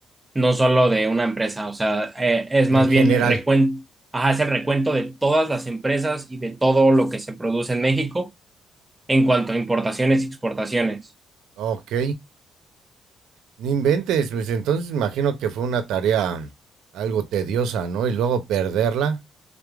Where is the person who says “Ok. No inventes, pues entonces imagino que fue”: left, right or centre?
Right